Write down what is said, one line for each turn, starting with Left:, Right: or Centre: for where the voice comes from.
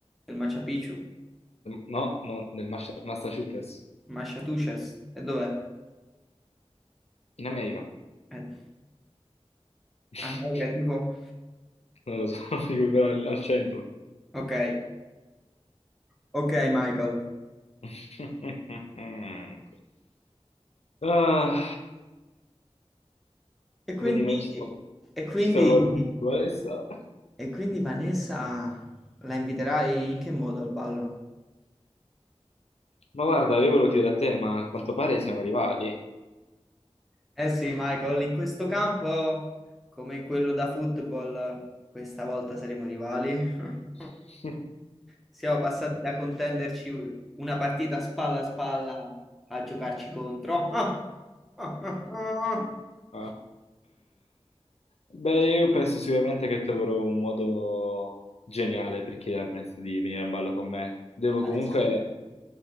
Centre: Del Machu Picchu?
Left: No, no, nel Massachusetts.
Centre: Massachusetts? E dov'è?
Left: In America.
Centre: Eh,
Left: <laughs>
Centre: ah, raga, tipo,
Left: Non lo so, <laughs> non dico però al al centro.
Centre: ok, ok Michael.
Left: <laughs> Ah,
Centre: E quindi,
Left: quindi noi siamo-
Centre: e quindi,
Left: ci siamo guardati con Vanessa.
Centre: e quindi Vanessa la inviterai in che modo al ballo?
Left: Ma guarda, io volevo chiedere a te, ma a quanto pare siamo rivali.
Centre: Eh sì, Michael, in questo campo, come in quello da football, questa volta saremo rivali. <laughs>
Left: <laughs>
Centre: Siamo passati da contenderci una partita spalla a spalla a giocarci contro. <laughs> Ah, ah, ah,
Left: Ah.
Centre: ah.
Left: Beh, io penso sicuramente che troverò un modo geniale per chiedermi di venire a ballo con me. Devo
Centre: Adesso.
Left: comunque